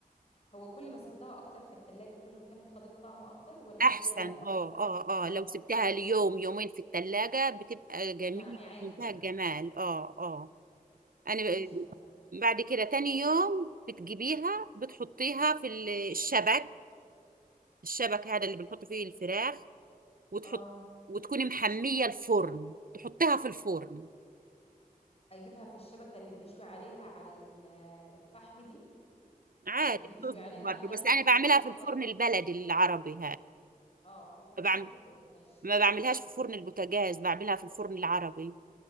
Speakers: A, on the left; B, on the right.
A: هو كل ما سبتها اكتر في التلاجة كل ما كانت خدت طعم اكتر ولا
B: احسن
A: هي بتسب
B: اه اه اه
A: اه
B: لو سبتها ليوم يومين في التلاجة بتبقى جميلة
A: يعني عادي
B: منتهى
A: يعني
B: الجمال اه اه انا ب-
A: ماشي تمام
B: بعد كده تاني يوم بتجيبيها بتحطيها في ال- الشبك الشبك هذا اللي بنحط فيه الفراخ وتحط
A: اه
B: وتكوني محمية الفرن تحطيها في الفرن
A: اجيبها في الشبكة اللي بنشوي عليها على ال- الفحم دي
B: عادي
A: اللي بنشوي
B: بتظبط
A: عليها
B: برضه
A: على المنقد
B: بس انا
A: والفحم
B: بعملها في الفرن
A: بس
B: البلدي العربي
A: اه واحطها
B: هذا
A: في الفرن ماشي
B: ما بعملهاش في فرن البوتاجاز بعملها في الفرن العربي